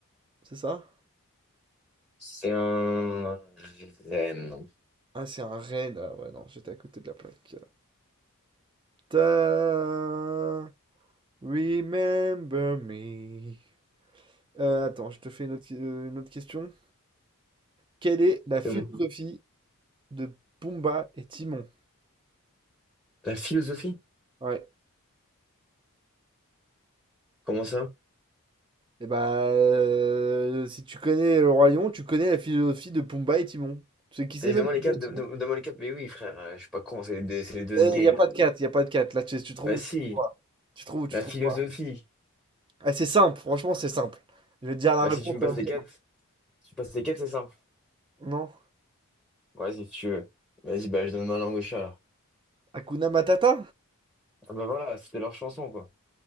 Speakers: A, on the right (about 20°); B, in the centre.
A: C'est ça?
B: C'est un renne.
A: Ah, c'est un renne. Ah ouais, non, j'étais à côté de la plaque. Ta- Remember me. Euh, attends, je te fais une autre, euh, une autre question. Quelle est la philosophie
B: Comment
A: de Pumba et Timon?
B: La philosophie?
A: Ouais.
B: Comment ça?
A: Et bah, euh, si tu connais le Roi Lion, tu connais la philosophie de Pumba et Timon. Tu sais qui c'est
B: Vas-y,
A: même
B: Donne-moi
A: Pumba
B: les quatre,
A: et Timon?
B: don- don- donne-moi les quatre. Mais oui, frère, euh, je suis pas con, c'est les deux, c'est les deux ce game,
A: Il n'y a pas
B: là.
A: de 4 il n'y a pas de 4 Là, tu, tu trouves
B: Bah
A: ou
B: si,
A: tu trouves pas. Tu trouves ou tu
B: la
A: trouves
B: philosophie.
A: pas. Ah, c'est simple, franchement, c'est simple. Je vais te dire la
B: Bah
A: réponse.
B: si tu me
A: tu
B: passes
A: vas me
B: les
A: dire,
B: quatre, si tu passes les quatre, c'est simple.
A: Non.
B: Ouais, si tu veux. Vas-y, bah je donne ma langue au chat, alors.
A: Hakuna Matata?
B: Ah, bah voilà, c'était leur chanson, quoi.